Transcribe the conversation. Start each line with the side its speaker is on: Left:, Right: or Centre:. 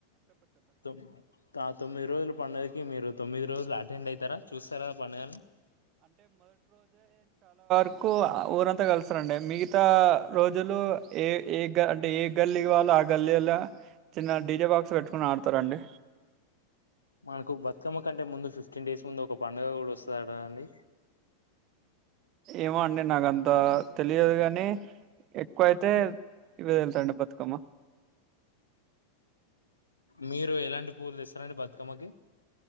Left: తొమ్ ఆ తొమ్మిది రోజులు పండగకి మీరు తొమ్మిదిరోజులు అటండ్ అయితార చూస్తారా పండగని
Right: నాకు ఊరంతా కలుస్తారండి మిగతా రోజులు ఏ ఏ గ అంటే ఏ గల్లీ వాల్లు ఆ గల్లీలో చిన్న డిజే బాక్స్ పెట్టుకుని ఆడతారండి
Left: మనకు బతుకమ్మ కంటే ముందు ఫిఫ్టీన్ డేస్ ముందు ఒక పండుగ కూడా వస్తదడా అండి
Right: ఏమో అండి నాకంత అ తెలియదు గానీ ఎక్కువ అయితే ఇవే తెలుసండి బతుకమ్మ
Left: మీరు ఎలాంటి పూలు ఇస్తారండి బతుకమ్మకి